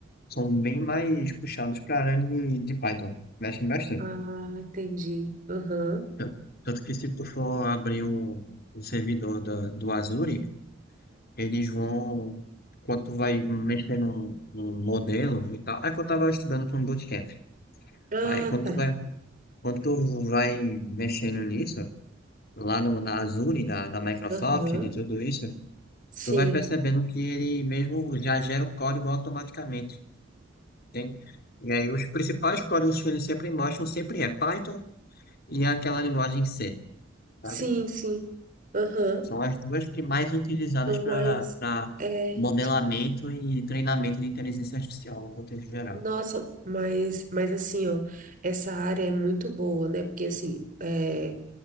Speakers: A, on the left; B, on the right.
A: são bem mais puxados para a área de, de Python, mexem bastante.
B: Ah, entendi. Aham.
A: Tan- Tanto que se tu for abrir um, um servidor da- do Azure, eles vão, quando tu vai mexer num, num modelo e tal, é que eu estava estudando para um bootcamp.
B: Ah,
A: Aí quando
B: tá.
A: tu vai, quando tu vai mexendo nisso, lá no, na Azure, da, da Microsoft,
B: Aham.
A: de tudo isso,
B: Sim.
A: tu vai percebendo que ele mesmo já gera o código automaticamente. Tem. E aí os principais códigos que eles sempre mostram sempre é Python e aquela linguagem C, sabe?
B: Sim, sim. Aham.
A: São as duas que mais utilizadas
B: Então,
A: para
B: mas
A: para
B: é,
A: modelamento e treinamento de inteligência artificial no contexto geral.
B: nossa, mas, mas assim, ó, essa área é muito boa, né? Porque assim, é,